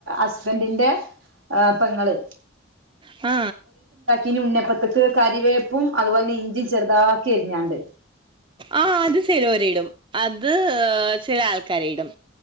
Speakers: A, on the right; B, on the right.
A: അസ്ബൻഡിന്റെ ആ പെങ്ങള്
B: ആ
A: ഈ ഉണപ്പത്ത്ക്ക് കരിവേപ്പും അതുപോലന്നെ ഇഞ്ചിം ചെറുതാക്കി എരിഞ്ഞാണ്ട്
B: ആ അത് ചിലോരിടും അത് ചില ആൾക്കാരിടും